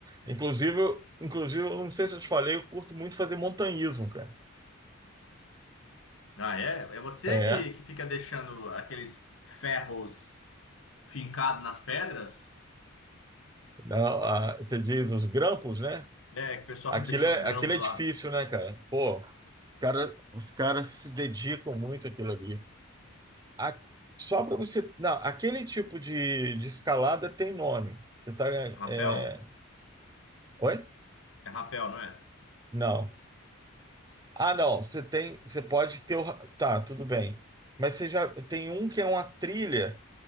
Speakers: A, on the right; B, on the left.
A: Inclusive, eu- inclusive, eu não sei se eu te falei, eu curto muito fazer montanhismo, cara.
B: Ah, é? É você
A: É,
B: que, que fica deixando aqueles ferros fincados nas pedras?
A: não, a, você diz os grampos, né?
B: É, que o pessoal
A: Aquilo
B: <laughs> deixa
A: é,
B: os grampos
A: aquilo é
B: lá.
A: difícil, né, cara? Pô, Cara, os caras se dedicam muito àquilo ali. A- só para você. Não, aquele tipo de, de escalada tem nome. Você tá.
B: Rapel?
A: é, Oi?
B: É rapel, não é?
A: Não. Ah, não. Você tem. Você pode ter. o ra- Tá, tudo bem. Mas você já tem um que é uma trilha